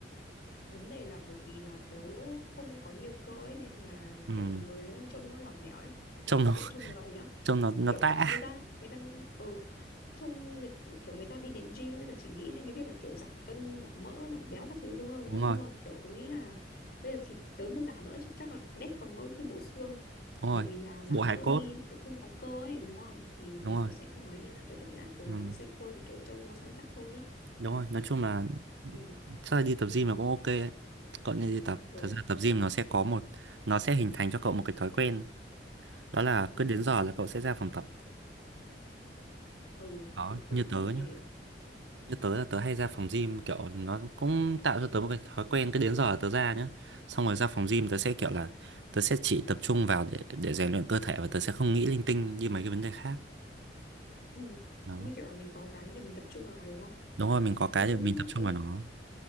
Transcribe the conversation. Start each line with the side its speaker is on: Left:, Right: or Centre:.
Left: vấn đề là bởi vì là tớ không có nhiều cơ ấy nên là
Right: ừ.
Left: kiểu người nó trông nó lỏng lẻo ấy mà
Right: trông nó
Left: kiểu trông gầy á
Right: trông nó nó
Left: kiểu
Right: tã
Left: người ta người ta ở trong người, kiểu người ta đi đến gym người ta chỉ nghĩ đến cái việc là kiểu giảm cân giảm mỡ giảm béo các thứ đúng không, đúng
Right: đúng
Left: không?
Right: rồi
Left: nhưng mà kiểu tôi nghĩ là bây giờ thì tớ mà giảm nữa chắc, chắc là đét còn nỗi cái bộ xương
Right: đúng
Left: bởi
Right: rồi
Left: vì là giảm
Right: bộ hài
Left: mỡ
Right: cốt
Left: đi mà kiểu không có cơ ấy đúng không thì
Right: đúng
Left: thì
Right: rồi
Left: tớ sẽ không mấy nên là tớ vẫn đang cố
Right: ừ.
Left: gắng xây cơ thì kiểu trông nó săn chắc hơn ấy
Right: đúng rồi nói chung là
Left: ừ
Right: chắc là đi tập gym là cũng ok đấy cậu nên đi tập
Left: ừ
Right: thật ra tập gym nó sẽ có một nó sẽ hình thành cho cậu một cái thói quen đó là
Left: ừ,
Right: cứ đến giờ là cậu sẽ ra phòng tập
Left: ừ.
Right: đó
Left: Tớ, tớ
Right: như
Left: cũng
Right: tớ
Left: nghĩ
Right: nhá
Left: thế
Right: như tớ là tớ hay ra phòng gym kiểu nó cũng tạo cho tớ một cái thói quen cứ đến giờ là tớ ra nhá xong rồi ra phòng gym tớ sẽ kiểu là tớ sẽ chỉ tập trung vào để để rèn luyện cơ thể và tớ sẽ không nghĩ linh tinh như mấy cái vấn đề khác
Left: ừ.
Right: đó
Left: như kiểu là mình có cái để mình tập trung vào đúng không
Right: đúng rồi mình có cái
Left: tớ
Right: để
Left: cũng
Right: mình tập trung vào nó